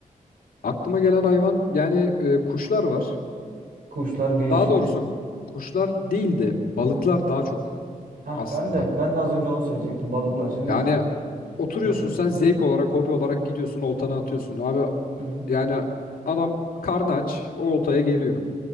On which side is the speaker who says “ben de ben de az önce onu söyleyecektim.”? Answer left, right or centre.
Right